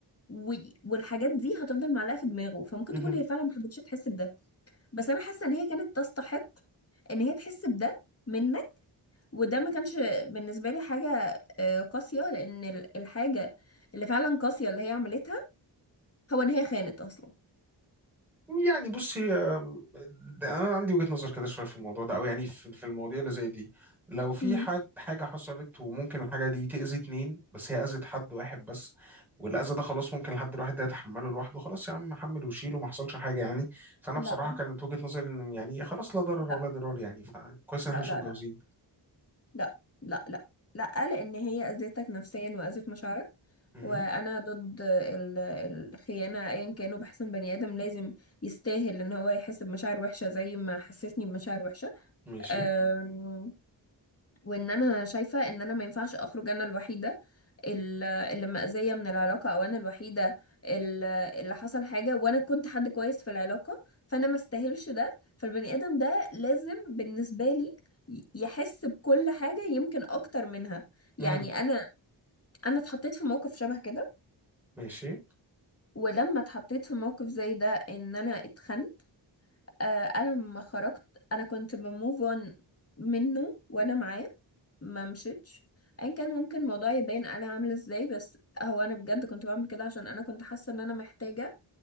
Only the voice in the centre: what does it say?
مهم.
يعني بصي آم، ده انا عندي وجهة نظر كده شويه في الموضوع ده او يعني في في المواضيع اللي زي دي لو في
حد حاجه حصلت وممكن الحاجه دي تاذي اتنين بس هي اذت حد واحد بس والاذى ده خلاص ممكن الحد الواحد ده يتحمله لوحده خلاص يا عم حمل وشيل وما حصلش حاجه يعني فانا
بصراحه
كانت وجهة نظري ان يعني خلاص لا ضرر
ولا ضرار يعني فكويس ان
احنا مش
متجوزين
مهم.
ماشي
مهم.
ماشي